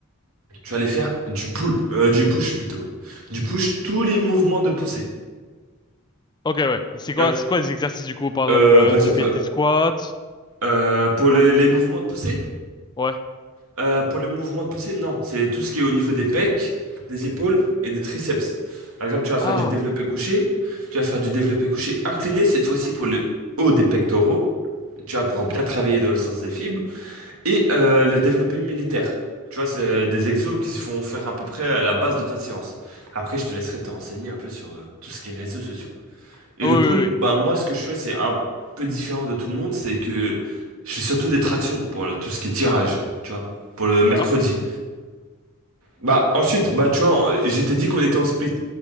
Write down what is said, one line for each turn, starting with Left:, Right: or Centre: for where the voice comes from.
Right: tu vas aller faire du pull, euh, du push plutôt. Du push, tous les mouvements de poussée.
Left: Ok, ouais. Et c'est
Right: Tu
Left: quoi,
Right: vois,
Left: c'est quoi les exercices du coup? Par exemple,
Right: euh,
Left: euh,
Right: par exemple,
Left: tu fais des squats.
Right: euh, pour les, les mouvements de poussée,
Left: Ouais.
Right: Euh, pour les mouvements de poussée, non. C'est tout ce qui est au niveau des pecs, des épaules et des triceps. Par exemple, tu vas faire
Left: Ah,
Right: du développé couché. Tu vas faire du développé couché incliné, cette fois-ci pour le haut des pectoraux. Tu vas pouvoir
Left: ok.
Right: bien travailler dans le sens des fibres. Et euh, le développé militaire. Tu vois, c'est des exos qui se font faire à peu près à la base de ta séance. Après, je te laisserai te renseigner un peu sur euh, tout ce qui est réseaux sociaux. Et
Left: Ah
Right: le
Left: oui,
Right: pull,
Left: oui, oui.
Right: bah, moi, ce que je fais, c'est un peu différent de tout le monde. C'est que je fais surtout des tractions pour le- tout ce qui est tirage, tu vois, pour le mercredi.
Left: D'accord.
Right: Bah, ensuite, bah, tu vois, on- je t'ai dit qu'on était en split.